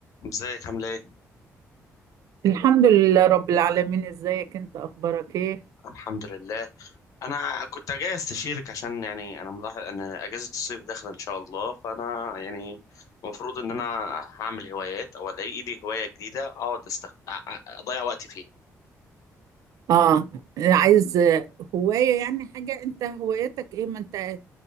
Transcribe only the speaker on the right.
الحمد لله رب العالمين ازيك انت اخبارك ايه
اه عايز هواية يعني حاجة انت هوايتك ايه ما انت